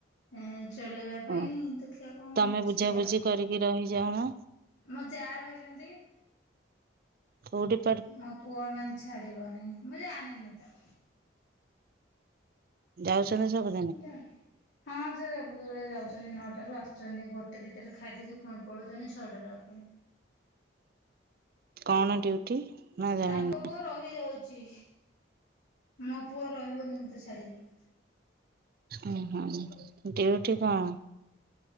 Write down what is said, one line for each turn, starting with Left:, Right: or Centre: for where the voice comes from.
Left: ହେଁ ଚଲେଇବା ପାଇଁ
Right: ଓ
Left: ଦେଖିବା କଣ
Right: ତମେ
Left: ହେଉଛି
Right: ବୁଝାବୁଝି
Left: କେଜାଣି
Right: କରିକି ରହିଯାଉନ?
Left: ମୋ ଯା ରହିଛନ୍ତି।
Right: କଉଠି?
Left: ମୋ ପୁଅ ମାନେ ଛାଡିବନି ମୁଁ ଜାଣିନି ତ।
Right: ଯାଉଛନ୍ତି ସବୁ?
Left: ମୁଁ ଯାଣିନି। ହଁ ସେ ସବୁବେଳେ ଯାଉଚନ୍ତି ନଅଟାରୁ ଆସୁଚନ୍ତି ଗୋଟେ ଦିଟାରେ ଖାଇଦେଇକି ପୁଣି ପଳଉଚନ୍ତି ଛଅଟାରେ ଆଉଚନ୍ତି
Right: କଣ ଡ୍ୟୁଟି? ନା ଜାଣିନ?
Left: ତାଙ୍କ ପୁଅ ରହିଯାଉଛି ମୋ ପୁଅ ରହିବନି ମୋତେ ଛାଡ଼ିକି।
Right: ଉଁ ହୁଁ ଡିୟୁଟି କଣ?